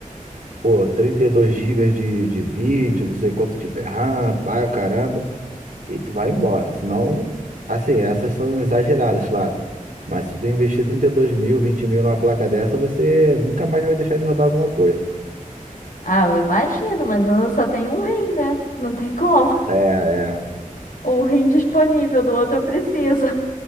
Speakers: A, on the right; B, on the left.
A: pô, 32 gigas de, de vídeo, não sei quanto tiver RAM, pai, o caramba. E tu vai embora. Senão, assim, essas são exageradas, claro. Mas se tu investir 32 mil, 20 mil numa placa dessa, você nunca mais vai deixar de rodar alguma coisa.
B: Ah, eu imagino, mas eu só tenho um rim, né? Não tem como. <laughs>
A: É, é.
B: Um rim disponível, do outro eu preciso. <laughs>